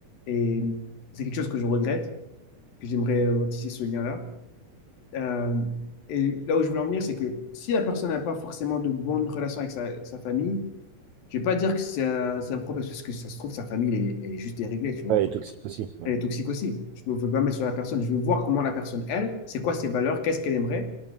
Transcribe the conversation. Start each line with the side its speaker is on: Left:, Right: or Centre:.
Left: et c'est quelque chose que je regrette, que j'aimerais euh, tisser ce lien-là. Euh, et là où je voulais en venir, c'est que si la personne n'a pas forcément de bonnes relations avec sa, sa famille, je vais pas dire que c'est un, c'est un problème, parce que ça se trouve, sa famille, elle est, elle est juste déréglée, tu vois.
Right: Ouais, et toxique aussi. Ouais.
Left: Elle est toxique aussi. Je ne veux pas mettre sur la personne. Je veux voir comment la personne, elle, c'est quoi ses valeurs, qu'est-ce qu'elle aimerait.